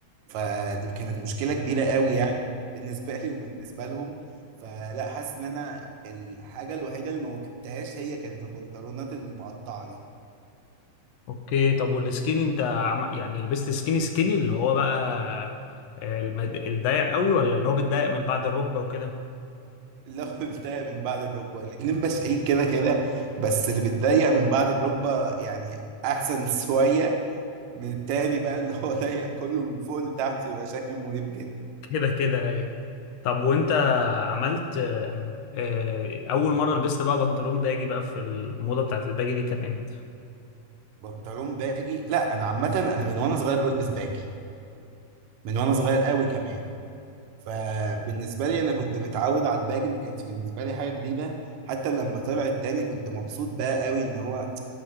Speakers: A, on the right; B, on the left.
A: فدي كانت مشكله كبيره قوي يعني بالنسبه لي وبالنسبه لهم فلا حاسس ان انا الحاجه الوحيده اللي ما واكبتهاش هي كانت البنطلونات المقطعه دي
B: اوكي طب والسكيني انت عم... يعني لبست سكيني سكيني اللي هو بقى آه، المد... الضيق قوي ولا اللي هو بيتضايق من بعد الركبه وكده
A: اللي هو <laughs> بيتضايق من بعد الركبه الاتنين بشعين كده كده بس اللي بيتضايق من بعد الركبه يعني احسن شويه من التاني بقى اللي هو ضيق كله من فوق لتحت يبقى شكله مريب جدا
B: <laughs> كده كده ايوه طب وانت عملت آه، آه، اول مره لبست بقى بنطلون باجي بقى في الموضه بتاعت الباجي دي كان امتى
A: بنطلون باجي لا انا عامه انا من وانا صغير بلبس باجي من وانا صغير قوي كمان فبالنسبه لي انا كنت متعود على الباجي ما كانتش بالنسبه لي حاجه جديده حتى لما طلع التاني كنت مبسوط بقى قوي ان هو